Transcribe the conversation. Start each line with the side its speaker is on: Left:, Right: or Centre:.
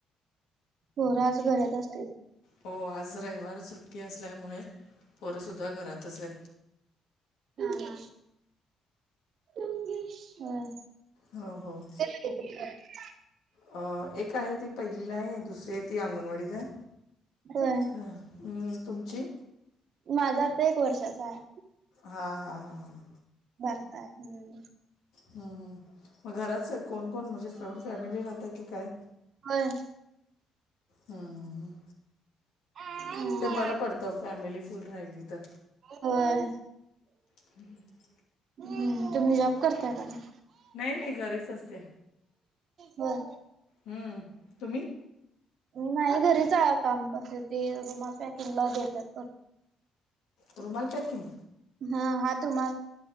Right: पोर आज घरात असतील.
Left: हो आज रविवार सुट्टी असल्यामुळे पोरंसुद्धा घरातच आहेत.
Right: हा हा होय.
Left: हो हो.
Right: <unintelligible>
Left: अ एक आहे ती पहिलीलाय आहे दुसरी आहे ती अंगणवाडीत आहे
Right: होय.
Left: हम. अ तुमची.
Right: माझा अत्ता एक वर्षाचा हाय.
Left: हा हां हां हां.
Right: बारकाय हम्म.
Left: हम् हम मग घरात स कोण कोण म्हणजे <unintelligible> फॅमिल राहत की काय.
Right: होय.
Left: हम्म हम् हम्म.
Right: हम्म.
Left: ते बरं पडतं फॅमिली फुल राहिली तर.
Right: होय.
Left: <inaudible>
Right: हम्म तुम्ही जॉब करताय का मग
Left: नाही नाही घरीच असते.
Right: होय.
Left: हम्म तुम्ही.
Right: मी नाही घरीच काम करते ते रुमा पॅकिंग ला देतात.
Left: रूमाल पॅकिंग.
Right: हा हा तो मा.